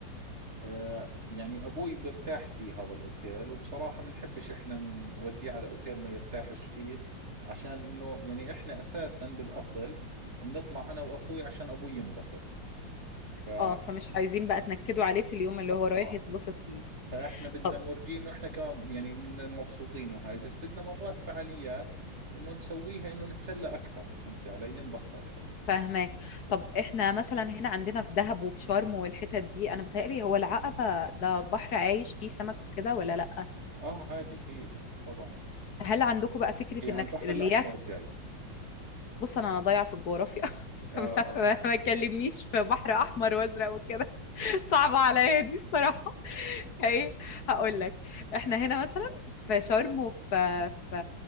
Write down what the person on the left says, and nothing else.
اه فمش عايزين بقى تنكدوا عليه في اليوم اللي هو رايح
يتبسط فيه
طب
فاهماك طب احنا مثلا هنا عندنا في دهب وفي شرم والحتت دي انا بتهيألي هو العقبة ده بحر عايش فيه سمك وكده ولا لأ
هل عندكم بقى فكرة
انك
اليخت
بص انا ضايعة في الجغرافيا <laughs>
فما ما-
ما تكلمنيش في بحر احمر وازرق وكده
<laughs> صعبة عليا دي الصراحة <laughs> فايه هقول لك احنا هنا مثلا في شرم وفي في